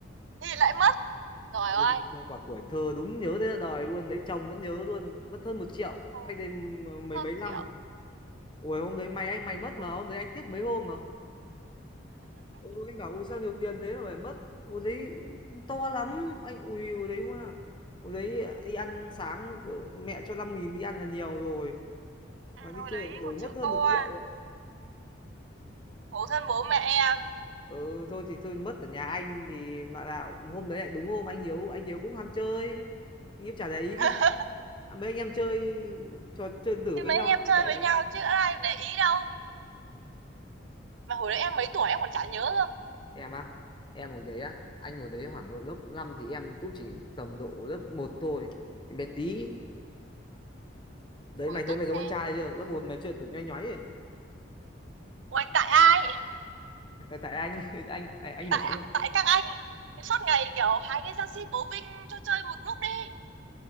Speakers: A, on the right (about 75°); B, on the left (about 25°).
A: Thì lại mất. Rồi
B: chơi,
A: ơi.
B: chơi quả tuổi thơ đúng nhớ tới đời luôn đấy chồng vẫn nhớ luôn mất hơn một triệu
A: Ồ,
B: cách đây m-
A: mất
B: mấy
A: hơn
B: mấy
A: một
B: năm
A: triệu.
B: Ủa hôm đấy mày anh mày mất mà
A: Ui,
B: hôm đấy anh tiếc mấy hôm mà ừ, anh bảo ui sao nhiều tiền thế mà phải mất hồi đấy to lắm anh ui hồi đấy mà hồi đấy đi ăn sáng ờ, mẹ cho năm nghìn đi ăn là nhiều rồi
A: à,
B: mà đi
A: hồi
B: chơi
A: đấy
B: điện tử
A: một
B: mất
A: triệu
B: hơn
A: tô
B: một
A: à.
B: triệu ạ.
A: Khổ thân bố mẹ em.
B: ừ thôi thì thôi mất ở nhà anh thì mà là hôm đấy lại đúng hôm anh Hiếu anh Hiếu cũng ham chơi anh Hiếu chả để ý
A: <laughs>
B: cái gì À, mấy anh em chơi trò chơi điện tử
A: Thì
B: với
A: mấy
B: nhau
A: anh em
B: thì
A: chơi
B: chả để
A: với
B: ý
A: nhau chứ ai để ý đâu. Mà hồi đấy em mấy tuổi em còn chả nhớ cơ.
B: em à em hồi đấy á anh hồi đấy khoảng độ lớp 5 thì em cũng chỉ tầm độ lớp một thôi em bé tí đấy
A: Hồi
B: mày thấy
A: tức
B: mày có
A: thế.
B: con trai chưa lớp một mày chưa tử nhoay nhoáy ấy.
A: Ui, tại ai?
B: tại anh <laughs> anh anh mở
A: Tại
B: quán
A: tại các anh. Suốt ngày kiểu hai người ra xin bố Vinh cho chơi một lúc đi.